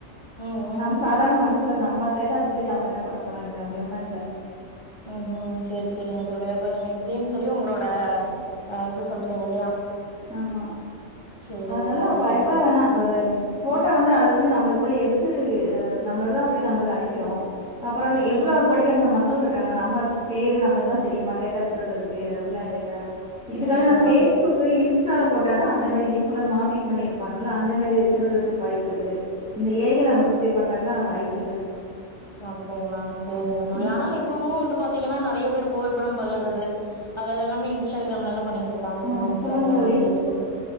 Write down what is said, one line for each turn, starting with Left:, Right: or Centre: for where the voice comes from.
Left: ம் ம்
Centre: நம்ம சாதாரண மனுஷ க்குரது நம்ம டேட்டாவ திருடி அவங்க என்ன பண்ண போறாங்க அப்டிஒன்லா இல்ல
Left: ம் ஹும் சரி சரி தோழி அப் நீங்க இப்டின் சொல்லி உங்களோட அ இது சொல்றீங்க இல்லையா
Centre: ஆமா
Left: சரி
Centre: அதனால
Left: ஓகேங்க
Centre: பயப்பட
Left: தோழி
Centre: வேணா ஒரு ஃபோட்டா
Left: ம்
Centre: வந்து அது வந்து நம்மள போய் எடுத்து நம்மளோடது தா அப்டின்னு நம்மளுக் அனுப்பிருவோ அப்புறோ
Left: ம்
Centre: எவ்வளவு
Left: ம்
Centre: கொடிக்கணுக் மக்க எவ்ளோ பேர் இருக்காங்க நம்ம பேரு நம்பர் எல்லா தெரியுமா டேட்டாவ திருடுறதுக்கு அப்டிலா இல்லல்ல இதுக்கான
Left: ம் இல்ல
Centre: நா ஃபேஸ்புக்
Left: அதுதா
Centre: இன்ஸ் இன்ஸ்டால போட்டாதா அந்த மாரி நீங்க சொல்லற மாப்பிங்பண்ணிடுப்பாங்கல்ல அந்த மாரி திருடுறக்கு வாய்பு இருக்குது இந்த ஏ ஐ நம்ம குடுத்து பண்றங் க்கல்லா வாய்ப்பில்ல
Left: அப்பிடிங்களா சேரிங்க தோழி
Centre: ம்.
Left: ஆனா இப்பவு வந்து பா த்தீங்கன்னா நெறைய பேர் புகைப்படம் பகிர்றது அதுல எல்லாமே இன்ஸ்டாகிராம்ல எல்லா பண்ணிக்கிட் ருக்காங்க இல்லயா
Centre: ம்.
Left: இன்ஸ்டாகிராமு
Centre: சொல்லுங்க தோழி.
Left: ஃபேஸ்புக்கு